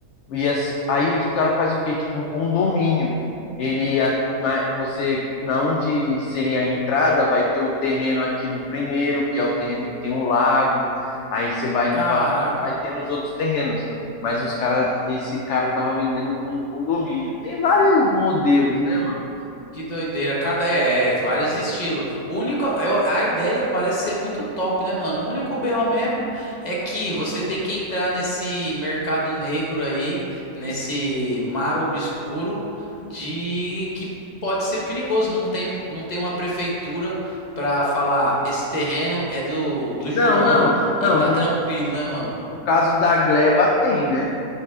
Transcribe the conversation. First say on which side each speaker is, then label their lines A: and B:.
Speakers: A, on the left (about 65°); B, on the left (about 30°).
A: E assim, aí os cara faz o quê? Tipo um condomínio. Ele a- na, você na onde seria a entrada vai ter o terreno aqui do primeiro, que é o terreno que tem um lago. Aí você vai
B: caraca,
A: no pa- vai ter nos outros terrenos. Mas os cara, esse cara tava vendendo como um condomínio. Tem vários modelos, né, mano?
B: que doideira. Cada é, é, vários estilos. O único, eu- a ideia parece ser muito top, né, mano? O único BO mesmo é que você tem que entrar nesse mercado negro aí, nesse mar obscuro de que pode ser perigoso. Não tem, um- não tem uma prefeitura pra falar, esse terreno é do, do João
A: Não, não, não.
B: e tá
A: No,
B: tranquilo, né, mano?
A: no caso da Gleba tem, né?